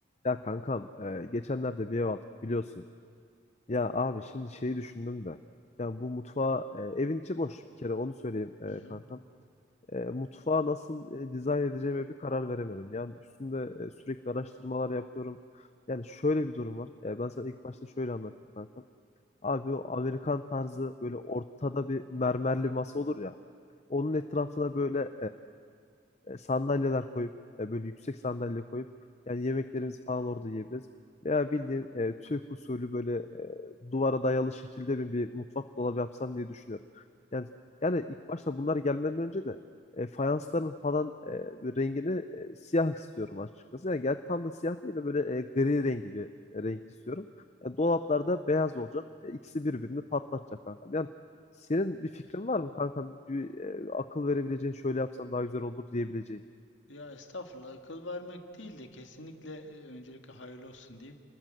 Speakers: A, on the left; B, on the left.
A: Ya kankam, e, geçenlerde bir ev aldık biliyorsun. Ya abi şimdi şeyi düşündüm de. Ya bu mutfağı, e, evin içi boş bir kere onu söyleyeyim e,
B: Hı hı.
A: kankam. E, mutfağı nasıl e, dizayn edeceğime bir karar veremedim. Yani üstünde e, sürekli araştırmalar yapıyorum. Yani şöyle bir durum var. E, ben sana ilk başta şöyle anlatayım kankam. Abi o Amerikan tarzı böyle ortada bir mermerli masa olur ya. Onun etrafına böyle e, sandalyeler koyup e, böyle yüksek sandalye koyup yani yemeklerimizi falan orada yiyebiliriz. Veya bildiğin e, Türk usulü böyle e, duvara dayalı şekilde mi bir mutfak dolabı yapsam diye düşünüyorum. Yani yani ilk başta bunlar gelmeden önce de e, fayansların falan e, bir rengini e, siyah istiyorum açıkçası. Yani gerçi tam da siyah değil de böyle e, gri rengi bir e, renk istiyorum. E, dolaplarda beyaz olacak. E, ikisi birbirini patlatacak kanka. Yani senin bir fikrin var mı kanka? Bir, e, akıl verebileceğin şöyle yapsan daha güzel olur diyebileceğin.
B: Ya estağfurullah akıl vermek değil de kesinlikle e, öncelikle hayırlı olsun diyeyim.